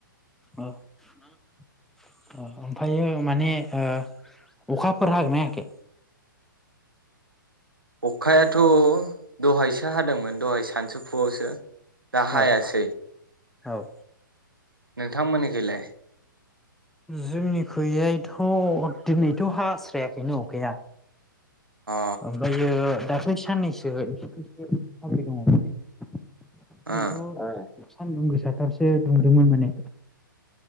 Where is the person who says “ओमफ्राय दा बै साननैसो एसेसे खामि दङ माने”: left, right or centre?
Centre